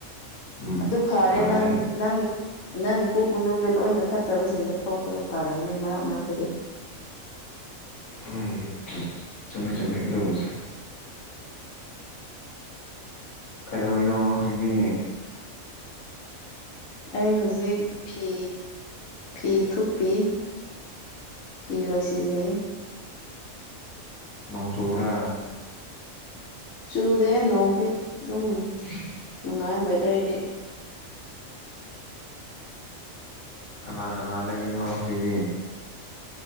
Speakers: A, on the left; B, on the left.
A: ꯎꯝ
B: ꯑꯗꯨ ꯐꯔꯦ
A: ꯃꯔꯥꯏ
B: ꯅꯪ ꯅꯪ ꯅꯪ ꯄꯨꯛ ꯃꯅꯨꯡꯗ ꯂꯣꯏꯅ ꯐꯠꯇꯕꯁꯤꯡꯗꯣ ꯊꯣꯛꯄꯗꯣ ꯐꯔꯝꯅꯦ ꯃꯔꯛ ꯃꯔꯛꯇꯗꯤ
A: ꯎꯝ ꯆ ꯆꯨꯝꯃꯦ ꯆꯨꯝꯃꯦ ꯑꯗꯨꯕꯨꯁꯨ ꯀꯩꯗꯧꯋꯤꯅꯣ ꯍꯧꯖꯤꯛꯗꯤ
B: ꯑꯩ ꯍꯧꯖꯤꯛ ꯐꯤ ꯐꯤ ꯊꯨꯞꯄꯤ ꯐꯤ ꯂꯣꯏꯁꯤꯜꯂꯤ
A: ꯅꯣꯡ ꯆꯨꯕ꯭ꯔꯥ
B: ꯆꯨꯗꯦ ꯅꯣꯡꯗꯦ ꯑꯗꯨꯝ
A: <unintelligible>
B: ꯅꯨꯡꯉꯥꯏ ꯋꯦꯗꯔꯗꯤ
A: ꯀꯅꯥ ꯀꯅꯥ ꯂꯩꯔꯤꯅꯣ ꯍꯧꯖꯤꯛꯗꯤ